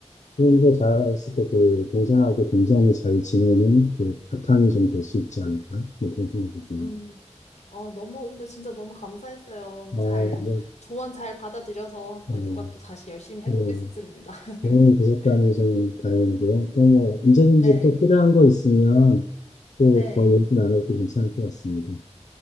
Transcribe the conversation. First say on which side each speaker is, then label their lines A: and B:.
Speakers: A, on the left; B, on the left.
A: 혼자 자랐을 때 그 동생하고 굉장히 잘 지내는 그 바탕이 좀 될 수 있지 않을까? 뭐 그런 생각이 드네요.
B: 음, 어, 너무, 오늘 진짜 너무 감사했어요.
A: 어,
B: 잘,
A: 네.
B: 조언 잘 받아들여서 한번
A: 어,
B: 육아 또 다시 열심히 해보겠습니다.
A: 예.
B: <laughs>
A: 도움이 되셨다니 좀 다행이고요. 또 뭐, 언제든지
B: 네,
A: 또 필요한 거 있으면 또
B: 네.
A: 더 얘기 나눠도 괜찮을 것 같습니다.